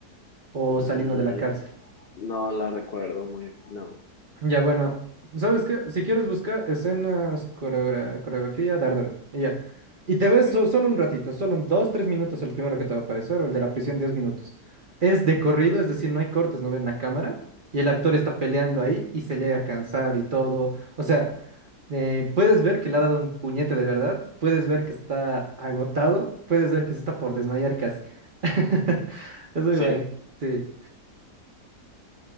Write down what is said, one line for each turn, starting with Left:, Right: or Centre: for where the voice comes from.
Right: o
Left: Mm,
Right: saliendo de la cárcel.
Left: no la recuerdo muy. No.
Right: Ya, bueno, ¿sabes qué? Si quieres busca escenas, coreogra- coreografía, Daredevil, y ya. Y te
Left: Ok.
Right: ves so- solo un ratito, solo un dos, tres minutos el primero que te va a aparecer, o el de la prisión, diez minutos. Es de corrido, es decir, no hay cortes, no ven la cámara, y el actor está peleando ahí y se llega a cansar y todo. O sea, eh, puedes ver que le ha dado un puñete de verdad, puedes ver que está agotado, puedes ver que se está por desmayar casi. <laughs> Es muy
Left: Sí.
Right: bueno, sí,